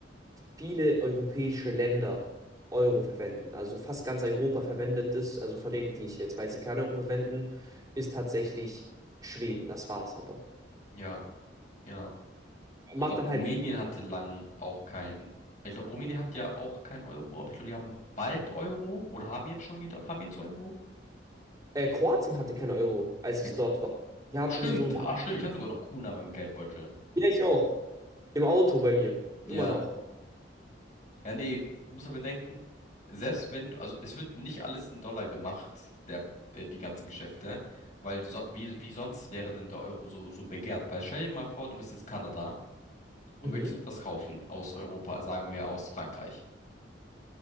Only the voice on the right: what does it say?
viele europäische Länder Euro verwenden. Also fast ganz Europa verwendet es. Also von denen, die ich jetzt weiß, die kein Euro verwenden, ist tatsächlich Schweden. Das war's aber.
Macht
dann
halt. so,
Äh, Kroatien hatte kein Euro, als ich
dort war. Die hatten
so.
Ja, ich auch. Im Auto bei mir.
Immer noch.
Mhm.